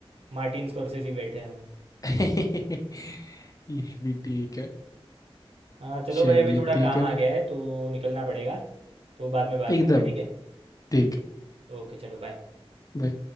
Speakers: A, on the right; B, on the left.
A: मार्टिन स्कॉर्सेज़ी बैठे हैं हम
B: <laughs> ये भी ठीक है
A: हाँ चलो
B: चलिए
A: भाई अभी थोड़ा
B: ठीक
A: काम
B: है
A: आ गया है तो निकलना पड़ेगा तो बाद में बात
B: एकदम
A: करते हैं ठीक है
B: ठीक है
A: ओके चलो बाय
B: भाई